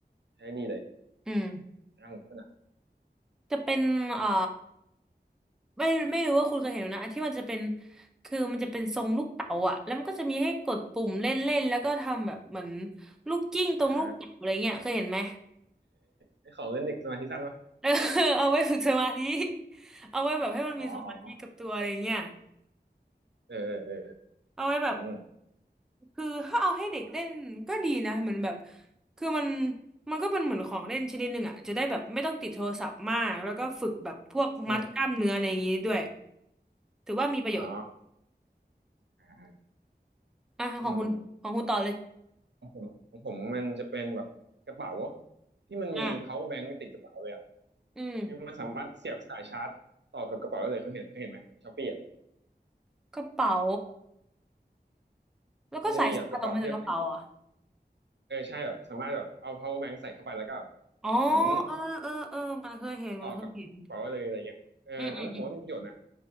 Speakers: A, on the right; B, in the centre.
A: ใช้ดีเลย
B: อืม
A: ร่างคนอ่ะ
B: จะเป็นเอ่อไม่ไม่รู้ว่าคุณเคยเห็นไหมนะอันที่มันจะเป็นคือมันจะเป็นทรงลูกเต๋าอ่ะแล้วมันก็จะมีให้กดปุ่มเล่นเล่นแล้วก็ทำแบบเหมือนลูกกิ้งตรงลูกเต๋าอะไรเงี้ยเคยเห็นไหม
A: อ่าไอของเล่นเด็กสมาธิสั้นปะ
B: เออ <laughs> เอาไว้ฝึกสมาธิเอาไว้แบบให้มันมีสมาธิกับตัวอะไรเงี้ย
A: อ๋ออ๋อเออเออเออ
B: เอาไว้แบบ
A: อืม
B: คือถ้าเอาให้เด็กเล่นก็ดีนะเหมือนแบบคือมันมันก็เป็นเหมือนของเล่นชนิดหนึ่งอ่ะจะได้แบบไม่ต้องติดโทรศัพท์มากแล้วก็ฝึกแบบพวกมัดกล้ามเนื้ออะไรอย่างงี้ด้วย
A: อืม
B: ถือว่ามีประโยชน์
A: อ๋ออ่า
B: อ่ะของคุณของคุณต่อเลย
A: อืมของผมของผมมันจะเป็นแบบกระเป๋าที่มันมี
B: อ่ะ
A: power bank ติดกระเป๋าเลยอ่ะ
B: อืม
A: คือมันสามารถเสียบสายชาร์จต่อกับกระเป๋าได้เลยเคยเห็นเคยเห็นไหมในช้อปปี้อ่ะ
B: กระเป๋าแล้วก็สายชาร์จออกมาจากกระเป๋าเหรอ่ะ
A: มันจะมีแบบกระเป๋าที่แบบเเออใช่แบบสามารถแบบเอา power bank ใส่เข้าไปแล้วก็แบบ
B: อ๋อ
A: เหมือน
B: เออเออเออมันเคยเห็นมันเคยเห็น
A: ต่อกับกระเป๋าได้เลยอะไรเงี้ยเอออันนั้นผมว่ามีประโยชน์นะ
B: อืมอืมอืม